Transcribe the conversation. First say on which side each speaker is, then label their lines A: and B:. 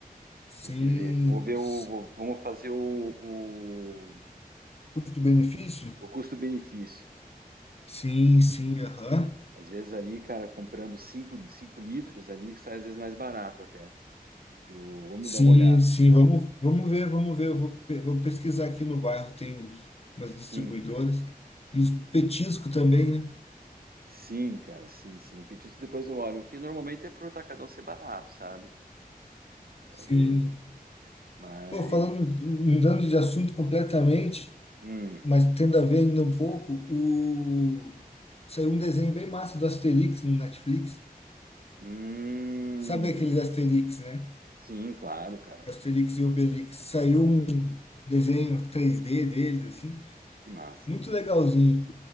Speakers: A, on the left; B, on the right.
A: sim,
B: Tem que ver. Vou ver
A: sim.
B: o. vou- vamos fazer o, o,
A: custo-benefício?
B: o custo-benefício.
A: Sim, sim, aham.
B: Às vezes ali, cara, comprando cinco, cinco litros ali, que sai às vezes mais barato até. Que o- vamos
A: Sim,
B: dar uma olhada.
A: sim, vamos, vamos ver, vamos ver. Eu vou, pe- vou pesquisar aqui no bairro, tem uns, umas distribuidoras.
B: Sim,
A: E os petiscos também, né?
B: sim, cara, sim, sim. O petisco depois eu olho, o que normalmente é pro atacadão ser barato, sabe? Então,
A: Sim.
B: ele... Mas.
A: Pô, falando, mudando de assunto completamente,
B: Hum,
A: Mas tendo a ver ainda um pouco, o... saiu um desenho bem massa do Asterix no Netflix.
B: hum,
A: Sabe aquele Asterix, né?
B: sim, claro, cara.
A: Asterix e Obelix. Saiu um desenho três d deles, assim,
B: Que massa.
A: muito legalzinho.